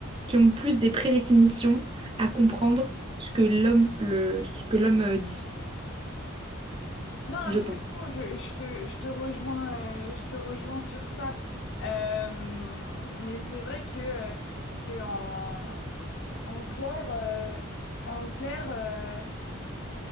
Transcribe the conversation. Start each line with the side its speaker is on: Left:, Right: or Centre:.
Right: qui ont plus des prédéfinitions à comprendre ce que l'homme le, ce que l'homme euh, dit,
Left: Non,
Right: je
Left: absolument,
Right: pense.
Left: je, je te, je te rejoins, euh, je te rejoins sur ça. Euh, mais c'est vrai que, que en, en clair, euh, en clair, euh,